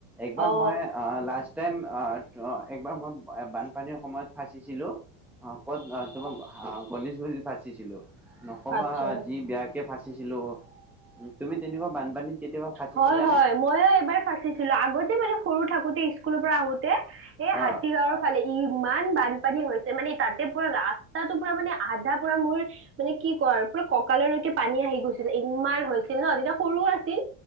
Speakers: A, in the centre; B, on the right.
A: একবাৰ
B: অ
A: মই লাষ্ট লাৰ্ষষ্ট টাইম, অ' একবাৰ মই বানপানীৰ সময়ত ফাঁচিছিলোঁ অ ক'ত তোমাক গণেশগজ ফাঁচিছিল। নকবা,
B: আচ্ছা
A: যি বেয়া কে ফাঁচিছিলোঁ তুমি তেনেকুৱা বানপানীত কেতিয়াবা ফাঁচিছিলানে?
B: হয় হয়-ময় এবাৰ ফাচিছিলো। আগতে মানে সৰু থাকোতে স্কুলৰ পৰা আহোতে, এ হাতী
A: অ',
B: গাঁৱৰ ফালে, ইমান বান পানী হৈছে, মানে তাতে পুৰা ৰাস্তাটো পুৰা মানে আধা পুৰা মোৰ মানে কি কৰ পুৰা কঁকাললৈকে পানী আহি গৈছিলে, ইমানছিলে ছিল ন, যেতিয়া সৰু আছিল